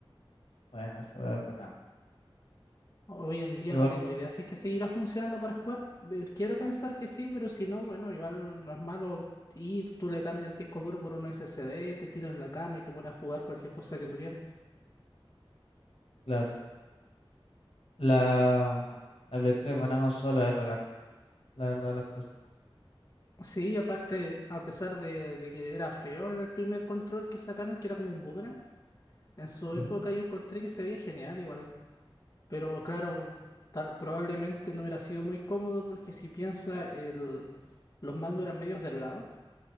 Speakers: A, on the left; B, on the left.
A: Bueno, eso es bacán.
B: Hoy en día
A: Igual,
B: no tengo idea si es que seguirá funcionando para jugar. Eh, Quiero pensar que sí, pero si no, bueno, igual no es malo ir, tú le cambias el disco duro por un SSD, te tiras en la cama y te pones a jugar cualquier cosa que tú quieras.
A: claro, la, la Play tres es buena consola, es bacán, la verdad, las cosas.
B: Sí, y aparte, a pesar de, de que era feo el primer control que sacaron, que era como un boomerang, en su época
A: Ujú,
B: yo encontré que se veía genial igual. Pero claro, tal- probablemente no hubiera sido muy cómodo porque si piensa, el, los mangos eran medios delgados.